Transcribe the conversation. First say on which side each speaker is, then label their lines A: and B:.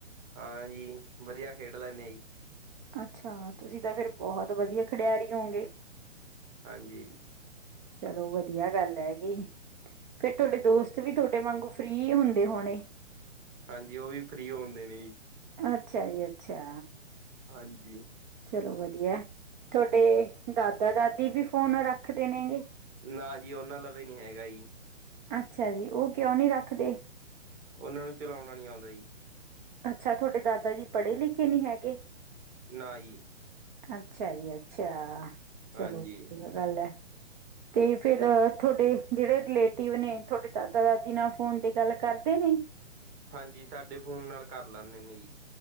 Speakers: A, on the right; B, on the right.
A: ਹਾਂਜੀ ਵਧੀਆ ਖੇਡ ਲੈਂਦੇੇ ਆਂ ਜੀ।
B: ਅੱਛਾ ਤੁਸੀਂ ਤਾਂ ਫਿਰ ਬਹੁਤ ਵਧੀਆ ਖਿਡਾਰੀ ਹੋਂਗੇ।
A: ਹਾਂਜੀ,
B: ਚਲੋ ਵਧੀਆ ਗੱਲ ਹੈਗੀ ਫੇਰ ਤੁਹਾਡੇ ਦੋਸਤ ਵੀ ਤੁਹਾਡੇ ਵਾਂਗੂ ਫ੍ਰੀ ਹੁੰਦੇ ਹੋਣੇ।
A: ਹਾਂਜੀ ਉਹ ਵੀ ਫ੍ਰੀ ਓ ਹੁੰਦੇ ਨੇ ਜੀ।
B: ਅੱਛਾ ਜੀ, ਅੱਛਾ।
A: ਹਾਂਜੀ,
B: ਚਲੋ ਵਧੀਆ ਤੁਹਾਡੇ ਦਾਦਾ- ਦਾਦੀ ਵੀ ਫੋਨ ਰੱਖਦੇ ਨੇਗੇ।
A: ਨਾ ਜੀ ਉਹਨਾਂ ਲਵੇ ਨੀ ਹੈਗਾ ਜੀ।
B: ਅੱਛਾ ਜੀ ਉਹ ਕਿਉਂ ਨਹੀਂ ਰੱਖਦੇ।
A: ਉਹਨਾਂ ਨੂੰ ਚਲਾਉਣਾ ਨੀ ਆਉਂਦਾ ਜੀ।
B: ਅੱਛਾ ਤੁਹਾਡੇ ਦਾਦਾ ਜੀ ਪੜ੍ਹੇ ਲਿਖੇ ਨਹੀਂ ਹੈਗੇ।
A: ਨਾ ਈ।
B: ਅੱਛਾ ਜੀ, ਅੱਛਾ।
A: ਹਾਂਜੀ
B: ਚਲੋ ਵਧੀਆ ਗੱਲ ਐ। ਤੇ ਫਿਰ ਤੁਹਾਡੇ ਜਿਹੜੇ ਰਿਲੇਟਿਵ ਨੇ ਤੁਹਾਡੇ ਦਾਦਾ -ਦਾਦੀ ਨਾਲ ਫੋਨ ਤੇ ਗੱਲ ਕਰਦੇ ਨੇ।
A: ਹਾਂਜੀ, ਸਾਡੇ ਫੋਨ ਨਾਲ ਕਰ ਲੈਂਦੇ ਨੇ ਜੀ।